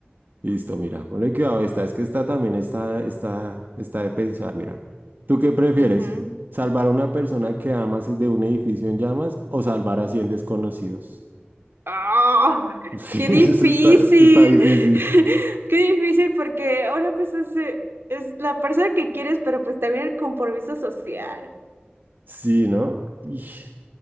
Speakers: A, on the right; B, on the right.
A: Listo, mira, ponle cuidado esta, es que esta también está, está, está de pensar, mira. ¿Tú qué prefieres?
B: Ujú.
A: ¿Salvar a una persona que amas de un edificio en llamas o salvar a 100 desconocidos?
B: ¡Ah!
A: <laughs> Sí,
B: ¡Qué
A: eso
B: difícil!
A: está, está difícil.
B: <laughs> ¡Qué difícil! Porque una cosa es, eh, es la persona que quieres, pero pues también el compromiso social.
A: Sí, ¿no? Ish.